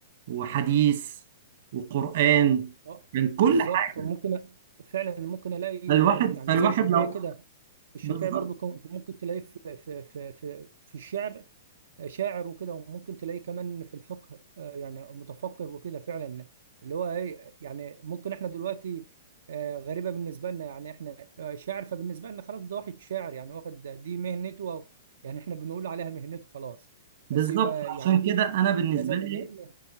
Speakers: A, on the right; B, on the right.
A: وحديث وقرآن
B: اه
A: كان كل
B: بالظبط
A: حاجة
B: ممكن فعلا ممكن الاقي
A: فالواحد
B: آه، يعني
A: فالواحد
B: زي الشافعي
A: لو
B: كده الشافعي
A: بالظبط
B: برضو كنت ممكن تلاقيه في في في في, في الشعر شاعر وكده وممكن تلاقيه كمان في الفقه آه، يعني متفقه وكده فعلا اللي هو ايه يعني ممكن احنا دلوقتي آه، غريبة بالنسبة لنا يعني احنا آه، شاعر فبالنسبة لنا خلاص ده واحد شاعر يعني واخد دي مهنته أو يعني احنا بنقول عليها مهنته خلاص
A: بالظبط
B: بس يبقى
A: عشان
B: يعني ليه
A: كده انا بالنسبة
B: في كذا
A: لي
B: من علم